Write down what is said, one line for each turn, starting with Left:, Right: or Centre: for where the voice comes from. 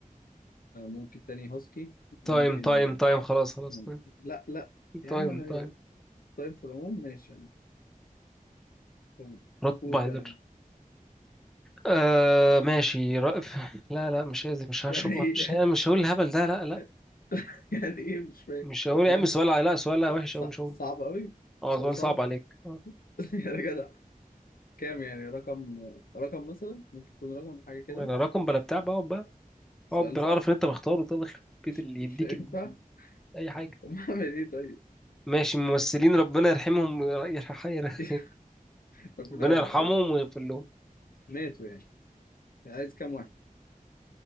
Left: ممكن تاني هاسكي
Centre: تايم
Left: ممكن
Centre: تايم تايم خلاص خلاص
Left: مم-
Centre: تايم
Left: لا لا يا
Centre: تايم
Left: عم انا
Centre: تايم
Left: طيب في العموم ماشي يعني طيب،
Centre: روتفايلر
Left: قول بقى يعني
Centre: آه ماشي رأف <laughs> لا لا مش عايز مش هشغل
Left: يعني ايه
Centre: مش مش هقول الهبل ده لا لا
Left: <laughs> يعني ايه مش فاهم
Centre: مش هقول يا
Left: ماله
Centre: عم سؤال
Left: ص-
Centre: لا سؤال لا وحش
Left: ص-
Centre: أوي مش هقول
Left: صعب قوي
Centre: اه
Left: سؤال
Centre: سؤال
Left: صعب
Centre: صعب عليك اه
Left: <laughs> يا جدع كام يعني رقم رقم مثلا ممكن يكون رقم حاجة كده
Centre: انا رقم بلا بتاع بقى اقعد بقى
Left: سؤال
Centre: اقعد بالقرف
Left: صعب
Centre: اللي انت مختاره ده يخرب بيت
Left: مش
Centre: اللي يديك
Left: مش هينفع
Centre: ال...
Left: <laughs>
Centre: اي حاجه
Left: طب اعمل ايه طيب
Centre: ماشي ممثلين ربنا يرحمهم يرح... يرح...
Left: <laughs>
Centre: <laughs>
Left: ربنا
Centre: ربنا
Left: يرحم
Centre: يرحمهم
Left: يلا
Centre: ويغفر لهم
Left: ماتوا يعني عايز كام واحد